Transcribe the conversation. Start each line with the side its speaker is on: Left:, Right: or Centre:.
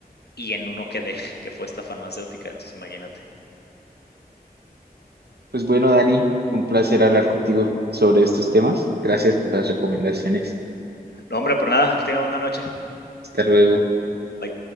Left: y en uno quedé, <laughs> que fue esta farmacéutica. Entonces, imagínate.
Right: Pues bueno, Dani, un placer hablar contigo sobre estos temas. Gracias por las recomendaciones.
Left: No, hombre, por nada, que tenga buena noche.
Right: Hasta luego.
Left: Bye.